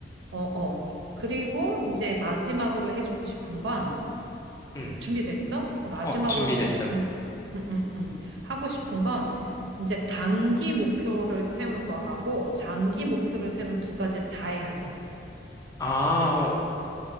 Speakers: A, on the right; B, on the left.
A: 어, 어. 그리고 이제 마지막으로 해주고 싶은 건
B: 응.
A: 음, 준비됐어? 어, 마지막으로
B: 어, 준비됐어.
A: 하고 싶은 거, 음, 음, 음. 하고 싶은 건 이제 단기 목표를 세우는 거하고 장기 목표를 세우는 두 가지를 다 해야 돼.
B: 아, 어,